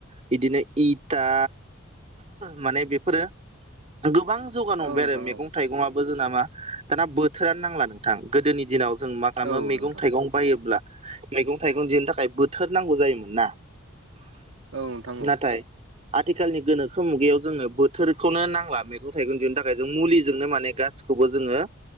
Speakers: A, on the right; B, on the right.
A: बिदिनो इटा माने बेफोरो गोबां जौगानो हमबाय
B: औ नोंथां
A: आरो मैगं
B: औ
A: थाइगं आबो जोंना मा दाना बोथोरानो नांला नोंथां गोदोनि दिनाव जों मा खालामो
B: औ
A: मैगं
B: नोंथां
A: थाइगं बायोब्ला मैगं थाइगं जेनि थाखाय बोथोर नांगौ जायोमोन ना।
B: औ नोंथां औ
A: नाथाय आथिखालनि गोनोखो मुगायाव जोंङो बोथोरखौनो नांला मैगं थाइगं दिहोनो थाखाय जों मुलिजोंनो माने गासै खौबो जोङो